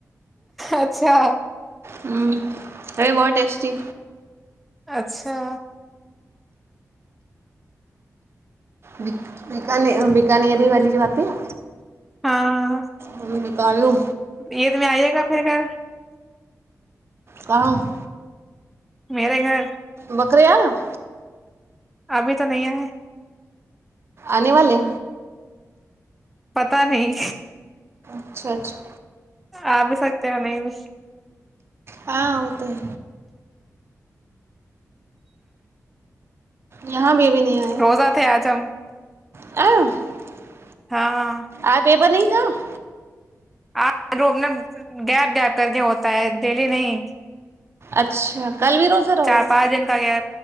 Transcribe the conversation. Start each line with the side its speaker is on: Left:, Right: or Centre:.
Centre: اچھا
Right: ہوں ارے بہت ٹیسٹی
Centre: اچھا
Right: بیک بیکانری والی جو آاتتی ہے
Centre: ہاں
Right: ہم نکالوں
Centre: یہید میں آئیے گا پھر گھر
Right: کہؤں <unintelligible>
Centre: میریرے گھر
Right: بکر آ <unintelligible>
Centre: ابھی تو نہیں آئے
Right: آنے والے
Centre: پتا نہیں
Right: اچھا اچھا
Centre: آ بھی سکتے ہیں نہیں بھی
Right: ہاں وہ تو ہے یہاں بھی ابھی نہیں آیا
Centre: روزہ تھے آج ہم
Right: <unintelligible>
Centre: ہاں
Right: آ پیپر نہیں <unintelligible>
Centre: آ ر گیپ گیپ کر کے ہوتا ہے ڈیلی نہیں
Right: اچھا کل بھی روزہ رہو
Centre: چار
Right: گے
Centre: پانچ دن کا گیا